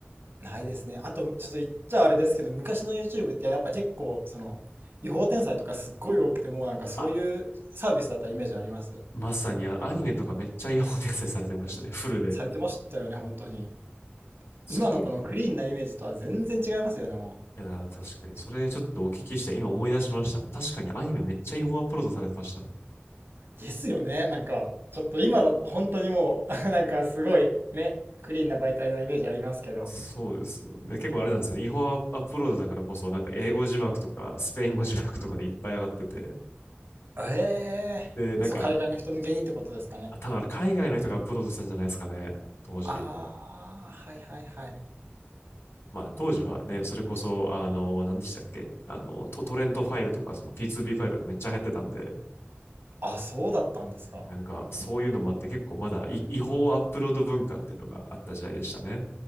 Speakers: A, on the right (about 55°); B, on the left (about 65°).
A: ないですね。あと、ちょっと言っちゃあれですけど、昔の YouTube ってやっぱ結構、その、違法転載とかすっごい多くて、もうなんかそういうサービスだったイメージあります。
B: あ、まさにあのアニメとかめっちゃイヤホン再生されてましたね、フルで。
A: されてましたよね、本当に。
B: そういえば、
A: 今のこのクリーンなイメージとは全然違いますよね、もう。
B: いやー、確かに。それちょっとお聞きして、今思い出しましたもん。確かにアニメめっちゃ違法アップロードされてました。
A: ですよね。なんか、ちょっと今だと本当にもう、<laughs> なんかすごいね、クリーンな媒体なイメージありますけど。
B: そうですよ。ね結構あれなんですよね。違法アップロードだからこそ、なんか英語字幕とか、スペイン語字幕とかでいっぱい上がってて。
A: ええーそう、
B: で、なんか、
A: 海外の人向けにってことですかね。
B: 多分あれ海外の人がアップロードしたんじゃないですかね。当時。
A: ああ、はいはいはい。
B: まあ、当時はね、それこそ、あの、何でしたっけあの、ト、トレントファイルとか、その P2B ファイルがめっちゃ入ってたんで、
A: あ、そうだったんですか。
B: なんか、そういうのもあって、結構まだい違法アップロード文化っていうのがあった時代でしたね。